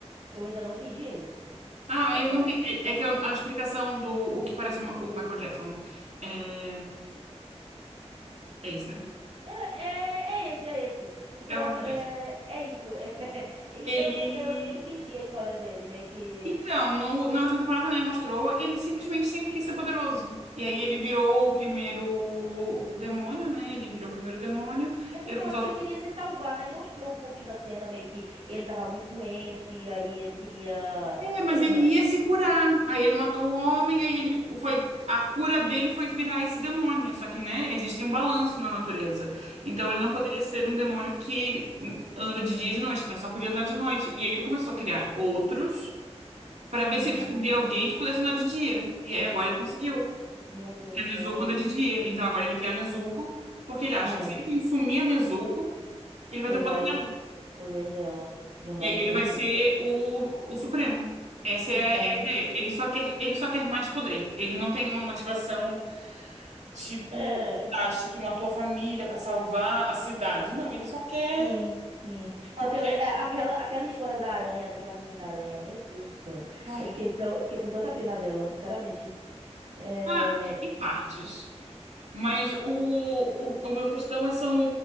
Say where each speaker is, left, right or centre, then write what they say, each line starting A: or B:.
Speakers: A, on the right (about 65°); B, on the right (about 85°).
A: Eu ainda não entendi ele.
B: Ah,
A: É,
B: é, não tem, é, é que a, a explicação do o que parece uma- o Michael Jackson, né? É, é esse, né?
A: é, é, é é esse, é esse. Então,
B: É o Michael
A: é,
B: Jackson.
A: é isso. <laughs> E
B: Ele.
A: eu não, eu ainda não entendi a história dele, meio que...
B: Então, no- na última temporada, né, mostrou, ele simplesmente sempre quis ser poderoso. E aí ele virou o primeiro demônio, né? Ele virou o primeiro demônio.
A: É porque
B: Ele começou
A: eu acho que
B: a
A: ele queria se salvar, né? Mostrou um pouquinho da cena, meio que ele tava muito doente, e aí ele queria.
B: É, mas
A: é,
B: ele
A: na-
B: ia se curar. Aí ele matou o homem, aí ele foi a cura dele foi virar esse demônio. Só que, né, existe um balanço na natureza. Então
A: Uhum,
B: ele não poderia ser um demônio que anda de dia e de noite, então ele só podia andar de noite. E aí ele começou a criar outros para ver
A: uhum.
B: se ele descobria alguém que pudesse andar de dia. E aí agora ele conseguiu.
A: Meu Deus
B: Que
A: do
B: a Nezuko
A: céu.
B: anda de dia. Então agora ele quer a Nezuko, porque ele acha
A: É,
B: que se
A: É,
B: ele consumir a Nezuko, ele vai
A: ele
B: ter o poder
A: vai.
B: dela.
A: Poder dela de andar
B: E aí
A: de
B: ele
A: dia,
B: vai
A: Ai,
B: ser
A: meu Deus.
B: o, o Supremo. Essa
A: O Supremo.
B: é a ideia. Ele só quer, ele só quer mais poder. Ele não tem uma motivação tipo
A: É,
B: acha que matou a família pra salvar a cidade. Não, ele só quer,
A: sim, sim.
B: só
A: Porque
B: quer.
A: ele- é, aquela, aquela história da aranha, daquela menina aranha, meu Deus do céu.
B: Ai,
A: Eu fiquei
B: não.
A: tão, eu fiquei com tanta pena dela, sinceramente. É.
B: Ah, em partes. Mas o, o, o meu questão é são